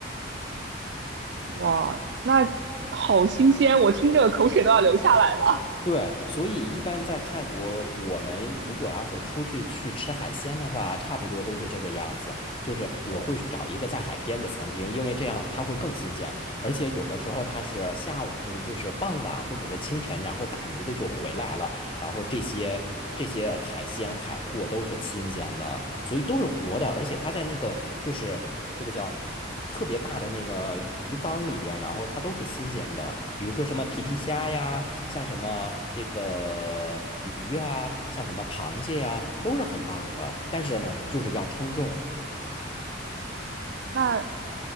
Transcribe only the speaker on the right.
哇，那好新鲜，我听着口水都要流下来了。
那